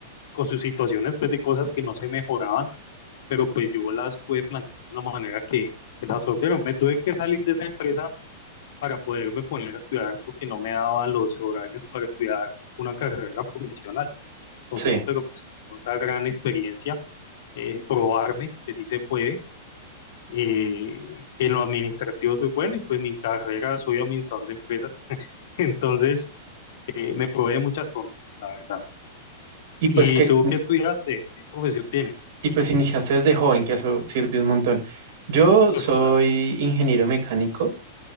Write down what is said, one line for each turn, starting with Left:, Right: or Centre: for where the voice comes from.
Left: con sus situaciones, pues de cosas que no se mejoraban, pero pues yo las pude plantear de una manera que, que las solvieron. Me tuve que salir de esa empresa para poderme poner a estudiar porque no me daban los horarios para estudiar una carrera profesional. Entonces,
Right: Sí.
Left: pero pues, otra gran experiencia, eh, probarme que sí se puede. eh, en lo administrativo soy bueno y pues mi carrera soy administrador de empresas. <laughs> Entonces, eh, me probé de muchas formas, la verdad.
Right: Y pues
Left: ¿Y
Right: que,
Left: tú qué estudiaste? ¿Qué profesión tienes?
Right: y pues iniciaste desde joven, que eso sirve un montón. Yo soy
Left: Uf, claro,
Right: ingeniero mecánico